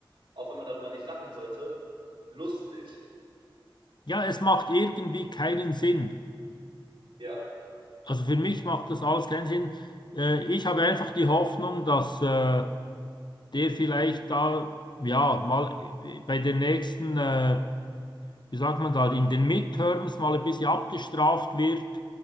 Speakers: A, on the right; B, on the left.
A: auch wenn man darüber nicht lachen sollte, lustig.
B: Ja, es macht irgendwie keinen Sinn.
A: Ja,
B: Also für mich macht das alles keinen Sinn. Äh, ich habe einfach die Hoffnung, dass... Äh, der vielleicht da, ja, mal bei den nächsten, äh, wie sagt man da, in den Midterms mal ein bisschen abgestraft wird